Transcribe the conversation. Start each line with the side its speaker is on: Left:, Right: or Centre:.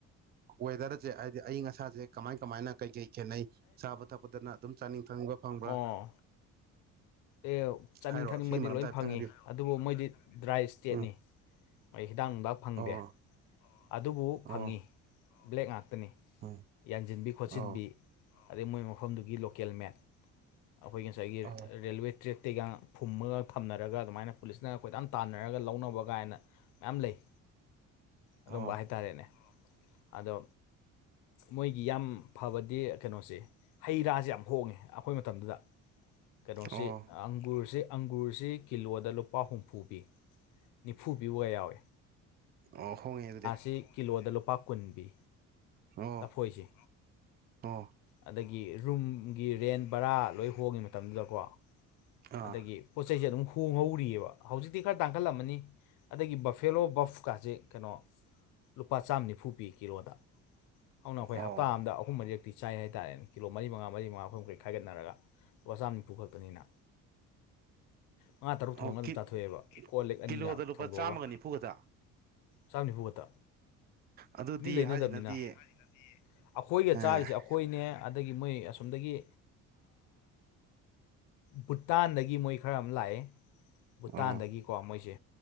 Right: ꯋꯦꯗꯔꯖꯦ ꯍꯥꯏꯗꯤ ꯑꯏꯪ ꯑꯁꯥꯁꯦ ꯀꯃꯥꯏ ꯀꯃꯥꯏꯅ ꯀꯩ ꯀꯩ ꯈꯦꯠꯅꯩ ꯆꯥꯕ ꯊꯛꯄꯗꯅ ꯑꯗꯨꯝ ꯆꯥꯅꯤꯡ ꯊꯛꯅꯤꯡꯕ ꯐꯪꯕ꯭ꯔꯥ
Left: ꯑꯥ ꯑꯦ ꯆꯥꯅꯤꯡ
Right: ꯍꯥꯏꯔꯣ
Left: ꯊꯛꯅꯤꯡꯕꯗꯤ
Right: ꯁꯤꯒꯤ ꯃꯔꯝꯗ
Left: ꯂꯣꯏ
Right: ꯍꯥꯏꯐꯦꯠꯇꯪ
Left: ꯐꯪꯉꯤ
Right: ꯍꯥꯏꯕꯤꯌꯨ
Left: ꯑꯗꯨꯕꯨ ꯃꯣꯏꯗꯤ ꯗ꯭ꯔꯥꯏ ꯏꯁꯇꯦꯠꯅꯤ꯫
Right: ꯎꯝ
Left: ꯃꯣꯏ ꯍꯤꯗꯥꯛ ꯅꯨꯡꯗꯥꯛ ꯐꯪꯗꯦ꯫
Right: ꯑꯣ
Left: ꯑꯗꯨꯕꯨ ꯐꯪꯉꯤ
Right: ꯑꯣ
Left: ꯕ꯭ꯂꯦꯛ ꯉꯥꯛꯇꯅꯤ
Right: ꯎꯝ
Left: ꯌꯥꯟꯁꯤꯟꯕꯤ ꯈꯣꯠꯆꯤꯟꯕꯤ
Right: ꯑꯣ
Left: ꯑꯗꯩ ꯃꯣꯏ ꯃꯐꯝꯗꯨꯒꯤ ꯂꯣꯀꯦꯜ ꯃꯦꯠ ꯑꯩꯈꯣꯏꯒꯤ ꯉꯁꯥꯏꯒꯤ
Right: ꯑꯣ
Left: ꯔꯦꯜꯋꯦ ꯇ꯭ꯔꯦꯛꯇꯩꯒꯅ ꯐꯨꯝꯃꯒ ꯊꯝꯅꯔꯒ ꯑꯗꯨꯃꯥꯏꯅ ꯄꯨꯂꯤꯁꯅ ꯈꯣꯏꯇꯥꯟ ꯇꯥꯟꯅꯔꯒ ꯂꯧꯅꯕ ꯀꯥꯏꯅ꯫ ꯃ ꯂꯩ
Right: ꯑꯣ
Left: ꯑꯗꯨꯝꯕ ꯍꯥꯏꯇꯥꯔꯦꯅꯦ ꯑꯗꯣ ꯃꯣꯏꯒꯤ ꯌꯥꯝ ꯐꯕꯗꯤ ꯀꯩꯅꯣꯁꯦ ꯍꯩ ꯔꯥꯖꯦ ꯌꯥꯝ ꯍꯣꯡꯉꯦ ꯑꯩꯈꯣꯏ ꯃꯇꯝꯗꯨꯗ ꯀꯩꯅꯣꯁꯤ꯫
Right: ꯑꯣ
Left: ꯑꯪꯒꯨꯔꯁꯤ ꯑꯪꯒꯨꯔꯁꯤ ꯀꯤꯂꯣꯗ ꯂꯨꯄꯥ ꯍꯨꯝꯐꯨ ꯄꯤ꯫ ꯅꯤꯐꯨ ꯄꯤꯕꯒ ꯌꯥꯎꯋꯦ
Right: ꯑꯣ ꯍꯣꯏ ꯑꯗꯨꯗꯤ꯫
Left: ꯁꯤ ꯀꯤꯂꯣꯗ ꯂꯨꯄꯥ ꯀꯨꯟ ꯄꯤ꯫
Right: ꯑꯣ
Left: ꯈꯣꯏꯁꯦ꯫
Right: ꯑꯣ
Left: ꯑꯗꯒꯤ ꯔꯨꯝꯒꯤ ꯔꯦꯟ ꯕꯔꯥ ꯂꯣꯏ ꯍꯣꯡꯉꯤ ꯃꯇꯝꯗꯨꯗꯀꯣ꯫
Right: ꯑꯥ
Left: ꯑꯗꯒꯤ ꯄꯣꯠ ꯆꯩꯩꯁꯦ ꯑꯗꯨꯝ ꯍꯣꯡꯍꯧꯔꯤꯑꯕ ꯍꯧꯖꯤꯛꯇꯤ ꯈꯔ ꯇꯥꯡꯈꯠꯂꯝꯃꯅꯤ ꯑꯗꯒꯤ ꯕꯐꯦꯂꯣ ꯕꯐꯀꯥꯁꯦ ꯀꯩꯅꯣ ꯂꯨꯄꯥ ꯆꯥꯝꯃ ꯅꯤꯐꯨ ꯄꯤ ꯀꯤꯂꯣꯗ ꯑꯗꯨꯅ ꯑꯩꯈꯣꯏ
Right: ꯑꯣ
Left: ꯍꯞꯇꯥ ꯑ ꯑꯃꯗ ꯑꯍꯨꯝ ꯃꯔꯤ ꯇꯤ ꯆꯥꯏ ꯍꯥꯏꯇꯥꯔꯦꯅꯦ ꯀꯤꯂꯣ ꯃꯔꯤ ꯃꯉꯥ ꯃꯔꯤ ꯃꯉꯥ ꯑꯩꯈꯣꯏ ꯃꯈꯩ ꯈꯥꯏꯒꯠꯅꯔꯒ ꯂꯨꯄꯥ ꯆꯥꯝ ꯅꯤꯐꯨ ꯈꯛꯇꯅꯤꯅ꯫ ꯃꯉꯥ ꯇꯔꯨꯛ
Right: ꯑꯣ
Left: ꯊꯣꯡꯉꯒ
Right: ꯀꯤ
Left: ꯑꯗꯨꯝ ꯆꯥꯊꯣꯛꯑꯦꯕ ꯀꯣꯜ ꯂꯦꯛ ꯑꯅꯤꯒ
Right: ꯀꯤꯂꯣꯗ ꯂꯨꯄꯥ
Left: ꯊꯣꯡꯗꯣꯛꯑꯒ
Right: ꯆꯥꯝꯃꯒ ꯅꯤꯐꯨ ꯈꯛꯇ
Left: ꯆꯥꯝ ꯅꯤꯐꯨꯒꯛꯇ
Right: ꯑꯗꯨꯗꯤ
Left: ꯃꯤ ꯂꯩꯅꯗꯕꯅꯤꯅ
Right: ꯍꯥꯏꯁꯤꯅꯗꯤ
Left: ꯑꯩꯈꯣꯏꯒ
Right: ꯑꯥ
Left: ꯆꯥꯔꯤꯁꯦ ꯑꯩꯈꯣꯏꯅꯦ ꯑꯗꯒꯤ ꯃꯣꯏ ꯑꯁꯣꯝꯗꯒꯤ ꯚꯨꯇꯥꯟꯗꯒꯤ ꯃꯣꯏ ꯈꯔ ꯑꯃ ꯂꯥꯛꯑꯦ ꯚꯨꯇꯥꯟꯗꯒꯤꯀꯣ
Right: ꯑꯣ
Left: ꯃꯣꯏꯁꯦ